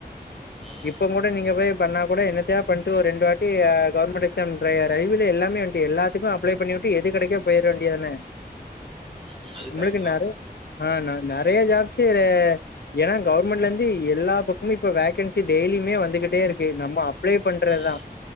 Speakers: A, on the right; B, on the left.
A: ம்.
B: இப்போ மொட் நீங்க போய் பண்ண கூட என்னத்யா பண்ட்டு ஓ ரெண்டு வாட்டி கவுர்மண்ட் எக்ஸாம் ட்ரைய ரயில்வே எல்லாமே வந்ட்டு எல்லாத் திக்கு அப்ளோ பன்னிவுட்டு எது கடைக்கோ போயிர வேண்டியதான
A: ம்ஹ்ம். அது
B: நம்ளுக்கு
A: கரெக்ட்டு தான்.
B: நிறைய ஆ நறைய ஜாப்சி ஏன்னா கவுர்மண்ட்லேந்து எல்லா பக்கமும் இப்ப வேகன்சி டெய்லியுமே வந்துகிட்டே இருக்கு நம்ம ப்ளே பண்றத்தா
A: ம்,